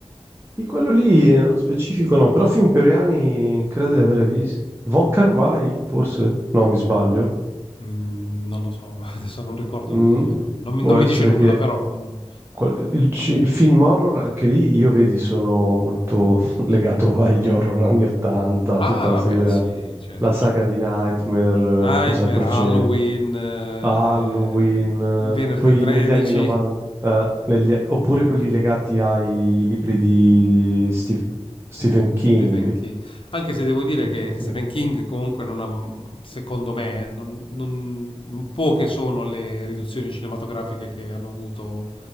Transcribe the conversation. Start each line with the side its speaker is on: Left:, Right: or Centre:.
Right: Di quello lì, eh, nello specifico no, però film coreani credo di avere visto. Von Carvai, forse? No, mi sbaglio.
Left: Mm, non lo so, <laughs> adesso non ricordo
Right: Mm,
Left: il nome, non, non mi
Right: Può
Left: non
Right: essere
Left: mi dice nulla,
Right: che
Left: però... non-
Right: qual- il, ci- il film horror, anche lì, io vedi, sono molto <laughs> legato agli horror anni 80,
Left: Ah,
Right: tutta la
Left: vabbè,
Right: serie,
Left: sì, certo,
Right: la saga
Left: certo.
Right: di Nightmare,
Left: Nightmare,
Right: eh, cos'altro
Left: Halloween,
Right: c'era.
Left: eh,
Right: Halloween,
Left: eh, il venerdì
Right: poi
Left: 13.
Right: negli anni 90, eh, negli- oppure quelli legati ai libri di Stef- Stephen King.
Left: Stephen King. Anche se devo dire
Right: Molto,
Left: che
Right: molto
Left: Stephen
Right: bello.
Left: King comunque non ha, secondo me, eh, non, non- poche sono le riduzioni cinematografiche che hanno avuto